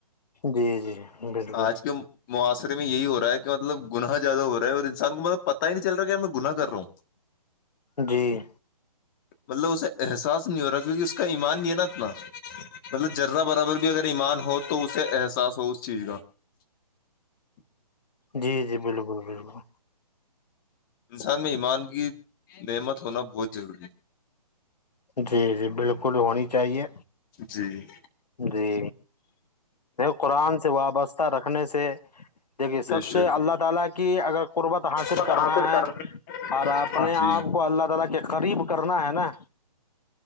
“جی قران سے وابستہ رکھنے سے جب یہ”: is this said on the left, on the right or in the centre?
Left